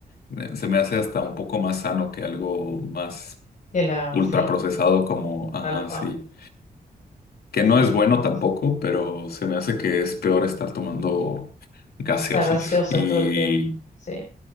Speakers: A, on the left; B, on the left.
A: me- se me hace hasta un poco más sano que algo más
B: que la,
A: ultraprocesado
B: sí,
A: como, ajá,
B: tal cual.
A: sí. Que
B: Sí,
A: no es
B: supongo,
A: bueno tampoco,
B: sí.
A: pero se me hace que es peor estar tomando gaseosas.
B: La gaseosa
A: Y
B: todo el tiempo. Sí,